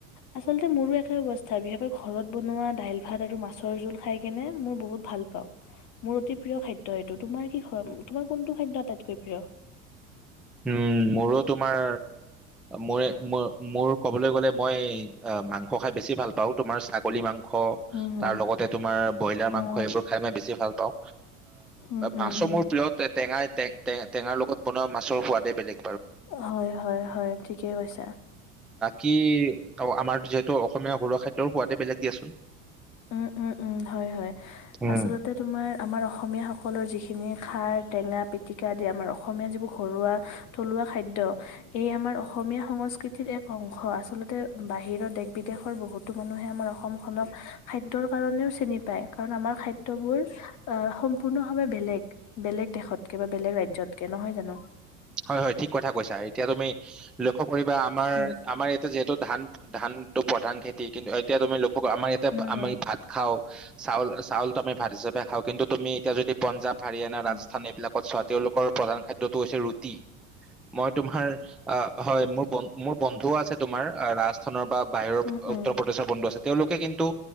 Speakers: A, on the left (about 40°); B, in the centre.
A: আচলতে মোৰো একে অৱস্থা বিশেষকৈ ঘৰত বনোৱা দাইল ভাত আৰু মাছৰ জোল খাই কেনে মই বহুত ভাল পাও মোৰ অতি প্ৰিয় খাদ্য এইটো। তোমাৰ কি তোমাৰ কোনটো খাদ্য আটাইতকৈ প্ৰিয়?
B: উম মোৰো তোমাৰ মৰে মোৰ মোৰ ক'বলৈ গ'লে মই অ মাংস খাই বেছি ভাল পাওঁ তোমাৰ ছাগলী মাং অ
A: উম, হুম,
B: তাৰ লগতে তোমাৰ ব্ৰইলাৰ মাংস
A: অ',
B: এইবোৰ খাই মই বেছি ভাল প অ
A: উম, উম,
B: মাছো
A: উম,
B: মোৰ প্ৰিয় টেঙাই টেঙাৰ লগত বন মাছৰ সোৱাদেই বেলেগ
A: হয় হয় হয় ঠিকেই কৈছা
B: কি আমাৰ যিহেতু অসমীয়া ঘৰুৱা খাদ্যৰ সোৱাদে বেলেগ দিয়াচোন
A: উম উম উম হয় হয়
B: উম,
A: আচলতে তোমাৰ আমাৰ অসমীয়া সকলৰ যিখিনি খাৰ টেঙা পিতিকা আদি আমাৰ অসমীয়া যিবোৰ ঘৰুৱা থলুৱা খাদ্য এই আমাৰ অসমীয়া সংস্কৃতিৰ এক অংশ আচলতে বাহিৰৰ দেশ বিদেশৰ বহুতো মানুহে আমাৰ অসমখনক খাদ্যৰ কাৰণেও চিনি পায় কাৰণ আমাৰ খাদ্যবোৰ আহ সম্পূৰ্ণভাৱে বেলেগ বেলেগ দেশতকে বা বেলেগ ৰাজ্যতকে নহয় জানো
B: হয় হয় ঠিক কথা কৈছা এতিয়া তুমি লক্ষ্য কৰিবা আমাৰ
A: উম,
B: আমাৰ ইয়াতে যে টো ধান ধানতটো প্ৰধান খেতি, কিন্তু এতিয়া তুমি লক্ষ্য কৰা, আমাৰ ইয়াতে
A: হম,
B: আমি
A: হম,
B: ভাত খাওঁ। চাউল চাউলটো আমি ভাত হিচাপে খাওঁ, কিন্তু তুমি এতিয়া যদি পঞ্জাব হাৰিয়ানা
A: উম,
B: ৰাজস্থান এইবিলাকত চোৱা। তেওঁলোকৰ প্ৰধান খাদ্যটো হৈছে ৰুটি। টি। মই তোমাৰ অ হয় মোৰ ব মোৰ বন্ধুও আছে তোমাৰ ৰাজস্থানৰ পা বাহিৰৰ
A: উম, উম,
B: উত্তৰ প্ৰদেশৰ বন্ধু আছে। তেওঁলোকে কিন্তু।